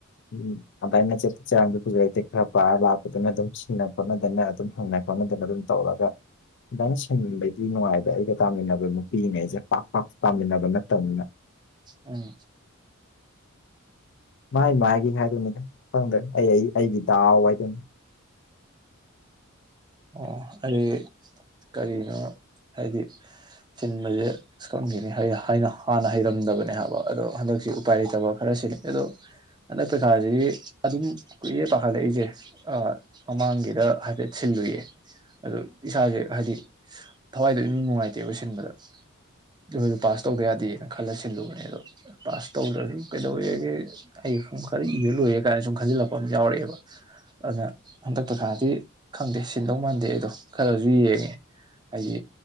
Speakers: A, on the left (about 60°); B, on the right (about 20°).
A: ꯎꯝ ꯑꯗꯨꯃꯥꯏꯅ ꯆꯦꯠꯄ ꯆꯔꯥꯡꯗꯨ ꯄꯨꯖ ꯂꯩꯇꯦ ꯈꯔ ꯄꯥꯔ ꯂꯥꯛꯄꯗꯨꯅ ꯑꯗꯨꯝ ꯁꯤꯡꯅ ꯈꯣꯠꯅꯗꯅ ꯑꯗꯨꯝ ꯍꯪꯅ ꯈꯣꯠꯅꯗꯅ ꯑꯗꯨꯝ ꯇꯧꯔꯒ ꯅ ꯁ ꯅꯨꯡꯉꯥꯏꯕ ꯑꯩꯒ ꯇꯥꯃꯤꯟꯅꯕ ꯅꯨꯄꯤꯅꯦ ꯑꯩꯁꯦ ꯄꯥꯛ ꯄꯥꯛ ꯇꯥꯃꯤꯟꯅꯕ ꯅꯠꯇꯕꯅꯤꯅ
B: ꯑ
A: ꯃꯥꯥꯏ ꯃꯥꯏꯒꯤ ꯈꯥꯏ ꯇꯃꯤꯗ ꯍꯗ꯭ꯔ ꯑꯩ ꯑꯩꯒꯦ ꯇꯑꯣꯥꯏꯗꯝ
B: ꯑꯣ ꯑꯩꯗꯤ ꯀꯔꯤꯅꯣ ꯍꯥꯏꯗꯤ ꯁꯤꯟꯕꯁꯦ ꯁꯀꯪꯈꯤꯅꯤ ꯍꯥꯏꯅ ꯍꯥꯟꯅ ꯍꯩꯔꯝꯗꯕꯅꯦ ꯍꯥꯏꯕ ꯑꯗꯣ ꯍꯟꯗꯛꯁꯤ ꯎꯄꯥꯏ ꯂꯩꯇꯕ ꯈꯔ ꯁꯤꯜꯂꯤꯅꯤ ꯑꯗꯣ ꯍꯟꯗꯛ ꯄꯩꯈꯥꯁꯤꯗꯤ ꯑꯗꯨꯝ ꯀꯨꯏꯌꯦꯦ ꯄꯥꯈꯠꯂꯛꯏꯁꯦ ꯃꯃꯥꯡꯒꯤꯗ ꯍꯥꯏꯐꯦꯠ ꯁꯤꯜꯂꯨꯏꯌꯦ ꯑꯗꯣ ꯏꯁꯥꯁꯦ ꯍꯥꯏꯗꯤ ꯊꯋꯥꯏꯗꯣ ꯏꯃꯨꯡ ꯅꯨꯡꯉꯥꯏꯇꯦꯕ ꯁꯤꯟꯕꯗ ꯑꯩꯈꯣꯏꯗ ꯄꯥꯁ ꯇꯧꯗ ꯌꯥꯗꯦꯅ ꯈꯜꯂ ꯁꯤꯜꯂꯨꯕꯅꯦ ꯑꯗꯣ ꯄꯥꯁ ꯇꯧꯗ꯭ꯔꯁꯨ ꯀꯩꯗꯧꯋꯦꯒꯦ ꯑꯩ ꯈꯔ ꯏꯔ ꯂꯣꯏꯦ ꯀꯥꯏꯅ ꯁꯨꯝ ꯈꯟꯖꯤꯜꯂꯛꯄ ꯑꯃ ꯌꯥꯎꯔꯛꯑꯦꯕ ꯑꯗꯨꯅ ꯍꯟꯗꯛꯇ ꯈꯥꯔꯗꯤ ꯈꯪꯗꯦ ꯁꯤꯤꯟꯗꯧ ꯃꯥꯟꯗꯦ ꯑꯩꯗꯣ ꯈꯔꯁꯨ ꯌꯦꯡꯉꯦ ꯍꯥꯏꯗꯤ